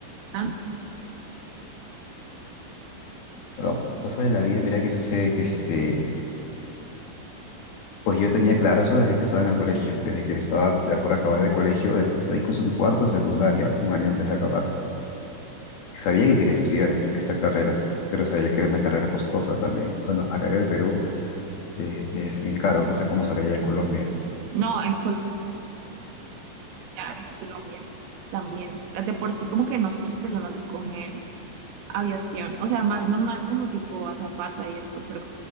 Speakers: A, on the right; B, on the left.
A: Ah,
B: perdón, cosas de la vida, mira que sucede que este, pues yo tenía claro eso desde que estaba en el colegio, desde que estaba ya por acabar el colegio, desde que estaba incluso en cuarto de secundaria, un año antes de acabar, sabía que quería estudiar este- esta carrera. pero sabía que era una carrera costosa también. Bueno, acá en el Perú eh, es bien caro, no sé cómo será allá en Colombia.
A: sí. No, en Col- en Colombia también. Las de por sí como que no muchas personas escogen aviación, o sea, más normal como tipo azafata y esto, pero